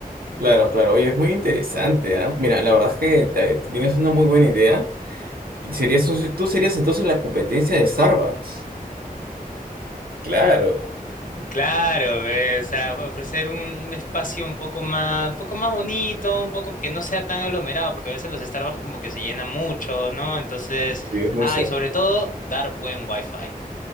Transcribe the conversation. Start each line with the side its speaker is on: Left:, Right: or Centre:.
Right: Claro, claro. Oye, es muy interesante, ¿ah? Mira, la verdad es que te- te tienes una muy buena idea. Serías, tú serías entonces la competencia de Starbucks. Claro.
Left: Claro, ve, o sea, ofrecer un, un espacio un poco más, un poco más bonito, un poco que no sea tan aglomerado, porque a veces los Starbucks como que se llenan mucho, ¿no? Entonces,
Right: Sí, es muy
Left: ah,
Right: cierto.
Left: y sobre todo, dar buen wifi.